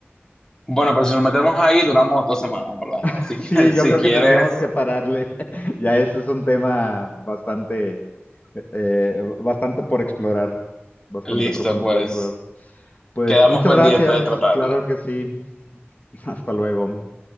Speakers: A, on the left; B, on the left.
A: Bueno, pero si nos metemos ahí, duramos dos semanas hablando.
B: <laughs>
A: Así que
B: Sí, yo
A: <laughs> si
B: creo
A: quieres,
B: que tendríamos que pararle. <laughs> Ya ese es un tema bastante, eh, bastante por explorar, bastante
A: listo,
B: profundo
A: pues
B: por explorar. Pues
A: quedamos
B: muchas
A: pendientes
B: gracias,
A: de tratarlo.
B: claro que sí. <laughs> Hasta luego.